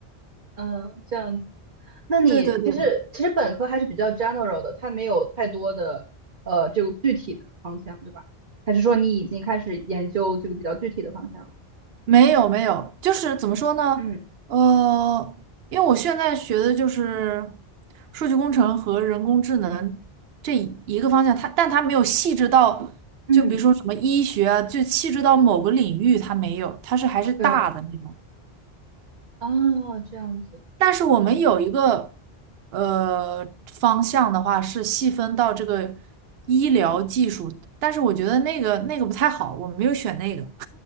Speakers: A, on the right; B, on the right.
A: 嗯，这样子。那你其实其实本科还是比较
B: 对对对，
A: general 的，它没有太多的呃这个具体的方向，对吧？还是说你已经开始研究这个比较具体的方向了？
B: 没有没有，就是怎么说呢？
A: 嗯
B: 呃，因为我现在学的就是数据工程和人工智能这一个方向，它但它没有细致到，
A: 嗯，
B: 就比如说什么医学啊，就细致到某个领域，它没有，它是还是大的那种。
A: 对，啊，这样子，
B: 但是我们有一个呃方向的话是细分到这个医疗技术，
A: 嗯
B: 但是我觉得那个那个不太好，我没有选那个。